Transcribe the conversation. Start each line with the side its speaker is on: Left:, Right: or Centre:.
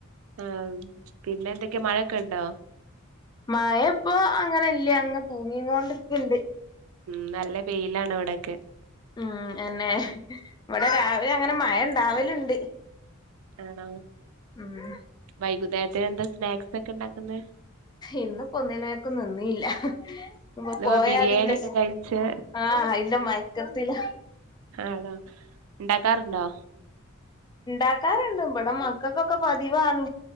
Right: ആ പിന്നെന്തെക്കെ മഴയൊക്കെ ഒണ്ടോ
Left: മഴ ഇപ്പോ അങ്ങനെ ഇല്ല്യാ അങ്ങെ തൂങ്ങിങ്ങോണ്ട്ക്കിണ്ട്
Right: ഉംഹ് നല്ല വെയിലാണ് ഇവടൊക്കെ
Left: ആഹ് എന്നെ ഇവ്ടെ രാവിലെ അങ്ങനെ മഴ ഉണ്ടാവല് ഉണ്ട്
Right: ആണോ
Left: ഉംഹ്
Right: വൈകുന്നേരത്തെയെന്താ സ്നാക്സെക്കെ ഇണ്ടാക്കെന്നേ
Left: ഇന്ന്പ്പൊന്നിലേക്കും നിന്നീല്ല ഇമ്പ
Right: ഇന്ന്
Left: പോയാ
Right: ബിരിയാണി
Left: പിന്നെ
Right: ഒക്കെ
Left: സ്
Right: കഴിച്ച്
Left: ആഹ് ഐന്റെ മയക്കത്തിലാ
Right: ആണൊ ഇണ്ടാക്കാറ്ണ്ടോ
Left: ഇണ്ടാക്കാറ്ണ്ട് ഇപടെ മക്കക്കൊക്കെ പതിവാണ്